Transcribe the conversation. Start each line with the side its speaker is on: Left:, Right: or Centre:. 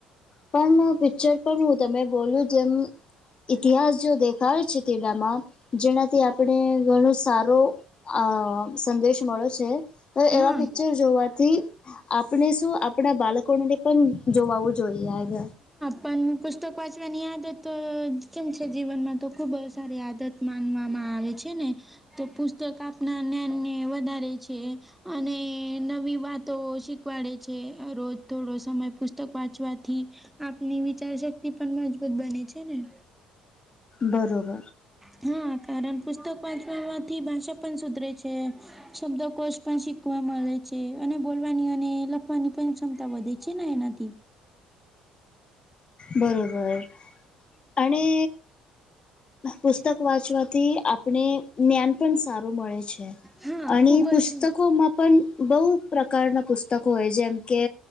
Left: પણ પિક્ચર પણ હું તમે બોલું જેમ ઇતિહાસ જો દેખાય છે તેમાં જેનાથી આપણે ઘણો સારો હ સંદેશ મળે છે તો
Centre: હા
Left: એવા પિક્ચર જોવાથી આપણે શું આપણા બાળક પણ જોવું જોઈએ હ
Centre: પન પુસ્તક વાંચવાની આદત કેમ છે જીવનમાં? તો ખૂબ સારી આદત માનવામાં આવે છે ને! તો પુસ્તક આપના જ્ઞાનને વધારે છે. અને નવી વાતો શીખવાડે છે, રોજ થોડો સમય પુસ્તક વાંચવાથી, આપની વિચારશક્તિ પણ મજબૂત બને છે ને!
Left: બરોબર
Centre: <unintelligible> હા, કારણ પુસ્તક વાંચવામાંથી ભાષા પણ સુધરે છે. શબ્દોકોશ પણ શીખવા મલે છે અને બોલવાની અને લખવાની પન ક્ષમતા વધે છે ને એનાથી? દી
Left: બરોબર, અણે પુસ્તક વાંચવાથી આપણે જ્ઞાન પણ સારું મળે છે,
Centre: હા
Left: આણી
Centre: ખૂબ
Left: પુસ્તકોમાં
Centre: જ
Left: પણ બહુ પ્રકારના પુસ્તકો હોય જેમ કે